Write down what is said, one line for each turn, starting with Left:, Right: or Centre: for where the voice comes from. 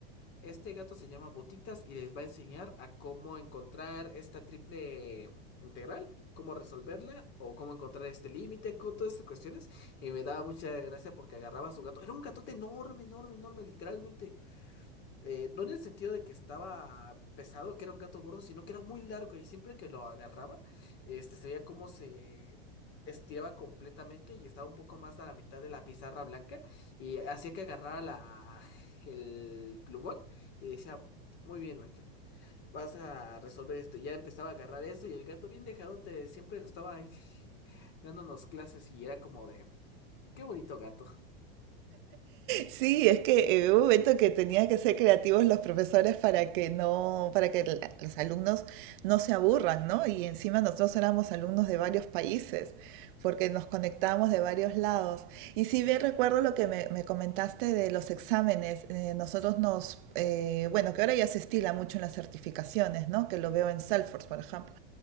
Left: Este gato se llama Botitas y les va a enseñar a cómo encontrar esta triple integral, cómo resolverla o cómo encontrar este límite, co- todas estas cuestiones. Y me daba mucha gracia porque agarraba a su gato. Era un gatote enorme, enorme, enorme, literalmente. Eh, no en el sentido de que estaba pesado, que era un gato gordo, sino que era muy largo y siempre que lo agarraba, este, se veía cómo se estiraba completamente y estaba un poco más a la mitad de la pizarra blanca y hacía que agarrara la, el plumón y decía, muy bien, Mancho, vas a resolver esto. Y ya empezaba a agarrar eso y el gato bien dejado te siempre lo estaba ahí <laughs> dándonos clases y era como de, qué bonito gato.
Right: Sí, es que eh, hubo un momento que tenían que ser creativos los profesores para que no, para que la- los alumnos no se aburran, ¿no? Y encima nosotros éramos alumnos de varios países, porque nos conectábamos de varios lados. Y si bien recuerdo lo que me, me comentaste de los exámenes, eh, nosotros nos, eh, bueno, que ahora ya se estila mucho en las certificaciones, ¿no? Que lo veo en Salesforce, por ejemplo